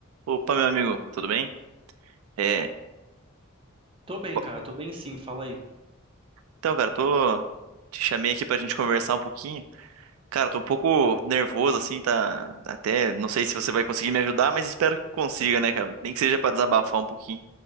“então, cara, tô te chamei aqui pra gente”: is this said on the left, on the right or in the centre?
Right